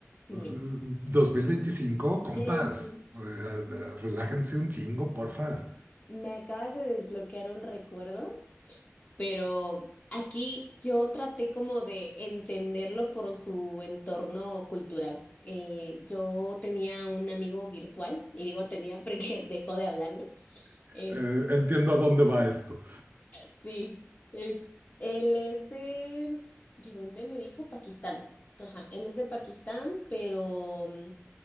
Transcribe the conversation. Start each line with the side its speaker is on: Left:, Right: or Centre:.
Left: Sí.
Right: Eh, 2025, compas,
Left: Ujú.
Right: eh, eh, relájense un chingo, porfa.
Left: Me acabas de desbloquear un recuerdo, pero aquí yo traté como de entenderlo por su entorno cultural. Eh, yo tenía un amigo virtual, y digo tenía porque <laughs> dejó de hablarme. Es,
Right: Eh, entiendo a dónde va esto.
Left: sí, es, él es de, ¿de dónde me dijo? Pakistán. Ajá, él es de Pakistán, pero mm,